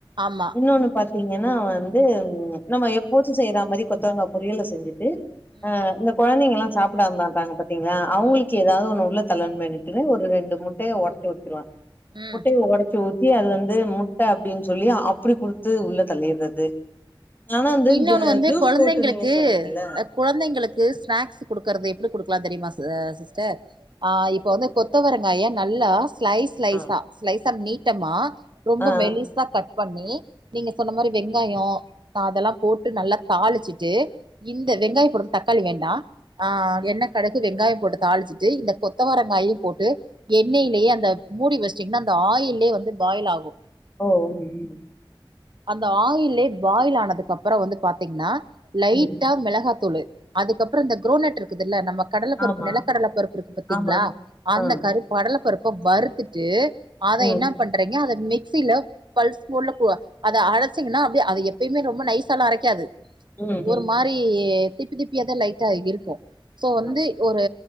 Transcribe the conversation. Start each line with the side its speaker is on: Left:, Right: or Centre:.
Right: ஆமா
Left: இன்னோனு பாத் திங்கனா வந்து ம் நம்ம எப்போச்சு செய்றா மாரி கொத்தரங்கா பொறியல செஞ்சிட்டு
Right: ம்
Left: ஆ இந்த கொழந்தைங்கில்லா சாப்டா மாட்டாங்க பாத்தீங்களா அவுங்குளுக்கு
Right: ம்
Left: எதாவது ஒன்னு உள்ள தள்ளனுமேனுட் டுனு ஒரு ரெண்டு முட்டைய ஒடச்சி ஊத்துறுவே
Right: ம்
Left: முட்டைய ஒடச்சி ஊத் த்தி அது வந்து முட்ட அப்டின் சொல்லி அப்பிடி குடுத்து உள்ள தள்ளிர்றது ஆனா வந்து
Right: இன்னொன்னு
Left: ஜ
Right: வந்து
Left: ஜூஸ்
Right: கொழந்தைங்களுக்கு
Left: போட்டு நீங்க சொன்னீங்கில்ல
Right: அ குழந்தைங்களுக்கு ஸ்நாக்ஸ் குடுக்கறது எப்டி குடுக்லாந் தெரியும ச சிஸ்டர் ஆ இப்ப வந்து கொத்தவரங்காய நல்லா ஸ்லைஷ் ஸ்லைஷா
Left: ஆ
Right: ஸ்லைஸா நீட்டமா ரொம்ப
Left: ஆ
Right: மெலிச் சா கட் பண்ணி நீங்க சொன்ன மாரி வெங்காயோ ச அதெலாம் போட்டு நல்லா தாளிச்சிட்டு இந்த வெங்காய போடும் தக்காளி வேண்டா ஆ எண்ணெ கடுகு வெங்காயம் போட்டு தாளிச்சிட்டு இந்த கொத்தவரங்காயும் போட்டு எண்ணெய்லேயே அந்த மூடி வச்சுட்டீங்னா அந்த ஆயில்லியே வந்து பாயிலாகு
Left: ஓ ம் ம்
Right: அந்த ஆயில்லே பாயில் ஆனதுக்கப்புற வந்து பாத்தீங்னா லைட்டா
Left: ம் ம்
Right: மிளகாத்தூளு அதுக்கப்புற இந்த குரோனட்ருக்குதுல்ல நம்மக் கடல பருப்பு
Left: ஆமா
Right: நெலக்கடலை பருப்பு இருக்கு பாத்தீங்ளா
Left: ஆமா
Right: அந்த
Left: ஆ
Right: கரு கடலப்பருப்ப வறுத்துட்டு அத
Left: ம்
Right: என்னாப் பண்றீங்க அத மிக்சில பல்ஸ் மோட்ல போ அத அலச்சிங்னா அப்டியே அத எப்பியுமே ரொம்ப நைஸ் சாலாம் அரைக்காது
Left: ம்
Right: ஒரு
Left: ம்
Right: மாரி திப்பி திப்பியாதா லைட்டா இருக்கு சோ
Left: ஆ
Right: வந்து ஒரு